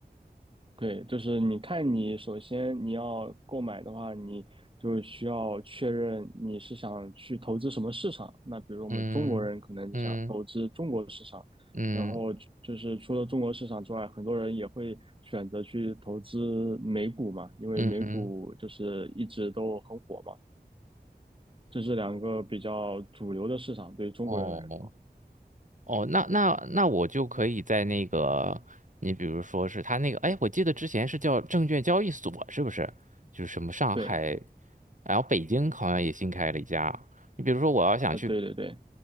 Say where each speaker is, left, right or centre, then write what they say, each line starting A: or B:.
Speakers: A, on the right; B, on the right.
A: 对，就是你看，你首先你要购买的话，你就需要确认你是想去投资什么市场。那比如我们中国人可能就想投资中国市场，
B: 嗯嗯嗯
A: 然后就就是除了中国市场之外，很多人也会选择去投资美股嘛，因为美股就是一直都很火嘛，
B: 嗯嗯。
A: 这是两个比较主流的市场，对于中国人来说。
B: 哦哦，那那那我就可以在那个，你比如说是他那个，哎，我记得之前是叫证券交易所，是不是？就是什么上海，
A: 对，
B: 然后北京好像也新开了一家。你比如说我要想去，
A: 呃，对对对。